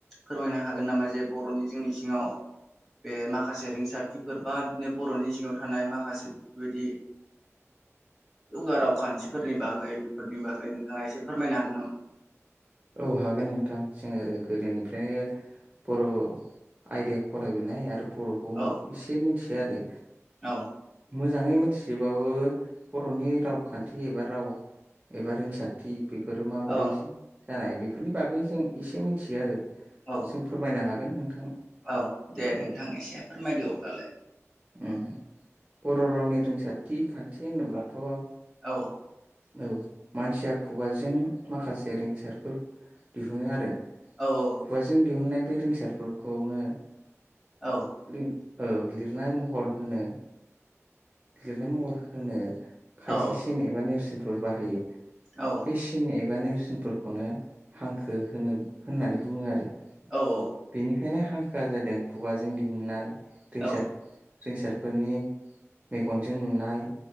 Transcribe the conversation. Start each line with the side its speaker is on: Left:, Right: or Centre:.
Centre: फोरमायनो हागोन नामा जे बरनि जोंनि सिङाव बे माखासे रिंसारथिफोर बा बिदिनो बर'नि सिङाव थानाय माखासे बेफोरबायदि जौगा रावखान्थिफोरनि बागै बेफोरनि बागै नोंथाङा एसे फोरमायनो हागोन नामा?
Right: औ हागोन नोंथां जोङो गोरलैनिफ्रायनो बर' आयदायाव फरायबोनाय आरो बर'खौ
Centre: औ
Right: एसे मिथिया आरो
Centre: औ
Right: मोजाङै मिथिजोबाबो बर'नि रावखान्थि एबा राव एबा रिंसारथि बेफोरो माबोरै
Centre: औ
Right: जानाय बेफोरनि बागै जों एसे मिथियो आरो
Centre: औ
Right: जों फोरमायनो हागोन नोंथां
Centre: औ दे
Right: औ
Centre: नोंथां एसे फोरमायदो अब्लालाय
Right: उ बर' रावनि रोंसथि खान्थि होनोब्लाथ'
Centre: औ
Right: औ मानसिया खुगाजों माखासे सेरफोर दिहुनो आरो
Centre: औ औ
Right: खुगाजों दिहुननाय बे रोंसारफोरखौनो
Centre: औ
Right: लि औ लिरनाय महर होनो लिरनाय महर होनो खायसेसिन
Centre: औ
Right: एबा नेरसोनफोर बाहायो।
Centre: औ
Right: इसिन एबा नेरसिनफोरखौनो हांखो होनो होननानै बुङो आरो
Centre: औ औ
Right: बेनिखायनो हांखोआ जादों खुगाजों दिहुननाय रिसार
Centre: औ
Right: रिंसारफोरनि मेगनजों नुनाय